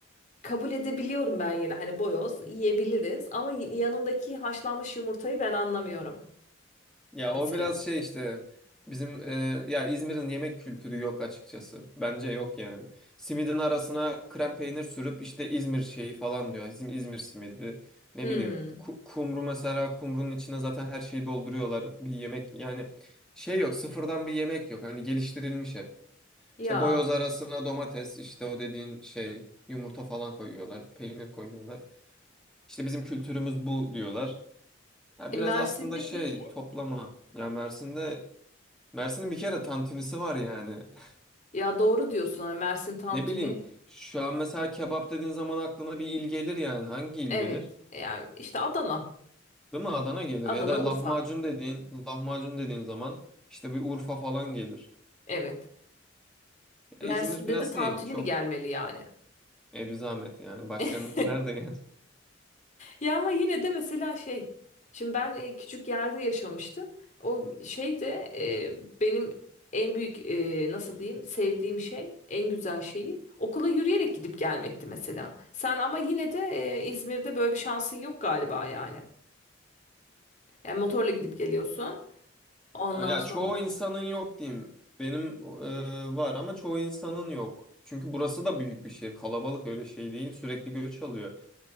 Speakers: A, on the left (about 40°); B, in the centre.
A: kabul edebiliyorum ben yine. Hani boyoz yiyebiliriz ama y- yanındaki haşlanmış yumurtayı ben anlamıyorum
B: ya
A: mesela.
B: o biraz şey işte bizim e, ya İzmir'in yemek kültürü yok açıkçası. Bence yok yani. Simidin arasına krem peynir sürüp işte İzmir şeyi falan diyor. İzmir, İzmir simidi. Ne
A: Hmm.
B: bileyim. ku- kumru mesela kumrunun içine zaten her şeyi dolduruyorlar. Bir yemek yani şey yok. Sıfırdan bir yemek yok. Hani geliştirilmiş hep.
A: Ya
B: İşte boyoz arasına domates işte o dediğin şey yumurta falan koyuyorlar. Peynir koyuyorlar. İşte bizim kültürümüz bu diyorlar. Ya
A: e,
B: biraz
A: Mersin'de
B: aslında şey
A: peki?
B: toplama. Ya Mersin'de Mersin'in bir kere tantunisi var yani. <laughs>
A: Ya doğru diyorsun. ha, Mersin tantuni.
B: Ne bileyim şu an mesela kebap dediğin zaman aklına bir il gelir yani. Hangi il
A: Evet.
B: gelir?
A: Yani işte Adana.
B: Değil mi? Adana gelir.
A: Adana
B: Ya da
A: Urfa.
B: lahmacun dediğin, lahmacun dediğin zaman işte bir Urfa falan gelir.
A: Evet. Mersin'de
B: Ya İzmir biraz
A: de tantuni
B: şey çok
A: mi gelmeli yani?
B: e, bir zahmet yani. Başka
A: <laughs>
B: n- nerede gelir?
A: Ya ama yine de mesela şey. Şimdi ben e, küçük yerde yaşamıştım. O şey de e, benim en büyük e, nasıl diyeyim sevdiğim şey, en güzel şeyi okula yürüyerek gidip gelmekti mesela. Sen ama yine de e, İzmir'de böyle bir şansın yok galiba yani. Yani motorla gidip geliyorsun. Ondan
B: Ee, Ya
A: sonra.
B: çoğu insanın yok diyeyim. Benim e, var ama çoğu insanın yok. Çünkü burası da büyük bir şehir. Kalabalık öyle şey değil. Sürekli göç alıyor.